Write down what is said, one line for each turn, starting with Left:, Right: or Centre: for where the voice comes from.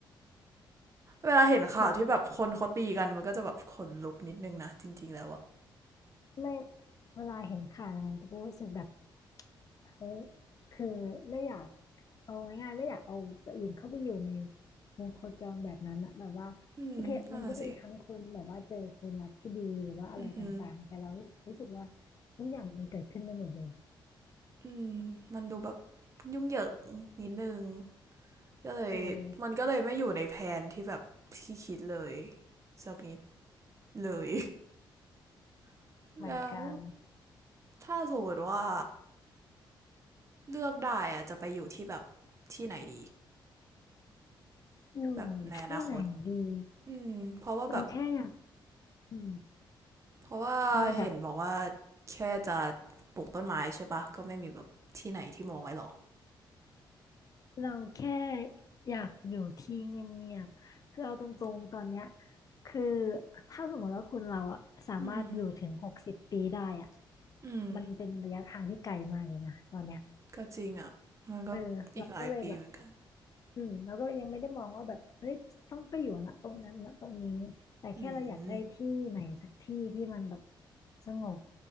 Right: เวลาเห็นข่าวที่แบบคนเขาตีกันมันก็จะแบบขนลุกนิดนึงนะจริงๆแล้วอะ
Left: แบบไม่เวลาเห็นข่าวอะไรก็จะรู้สึกแบบ เฮ้ยคือไม่อยากเอาง่ายๆไม่อยากเอาตัวเองเข้าไปอยู่ในวงโคจรแบบนั้นอะแบบว่าโอเคมันก็มีทั้งคนแบบว่าเจอคนรักที่ดีหรือว่าอะไรต่างๆแต่เรารู้สึกว่า
Right: อืมนั่นน่ะสิอือห
Left: ทุกอย่างมันเกิดขึ้นได้หมดเลย
Right: อืมมันดูแบบยุ่งเหยิงนิดนึง ก็เลยมันก็เลยไม่อยู่ในแผนที่แบบที่คิดเลย
Left: เออ
Right: สักนิดเลย <laughs>
Left: เหมือนกัน
Right: แล้วถ้าสมมติว่าเลือกได้อะจะไปอยู่ที่แบบที่ไหนดี
Left: อยู่ที่ไหนดี
Right: แบบในอนาคตอืมเพราะว่าแบบ
Left: เราแค่อยากอืม
Right: เพราะว่าเห็นบอกว่า
Left: เพราะว่าแบบ
Right: แค่จะปลูกต้นไม้ใช่ปะก็ไม่มีแบบที่ไหนที่มองไว้หรอ
Left: เราแค่อยากอยู่ที่เงียบๆคือเอาตรงๆตอนเนี้ยคือถ้าสมมติว่าคุณเราอะสามารถอยู่ถึงหกสิบปีได้อะ
Right: อืมอืม
Left: มันเป็นระยะทางที่ไกลมากเลยนะตอนเนี้ย
Right: ก็จริงอ่ะมันก็อีกหลายปีเหมือนกัน
Left: เออเราก็เลยแบบอืมเราก็เลยยังไม่ได้มองว่าแบบเฮ้ยต้องไปอยู่นะตรงนั้นนะตรงนี้ แต่แค่เราอยากได้ที่ไหนสักที่ที่มันแบบ
Right: อืม
Left: สงบ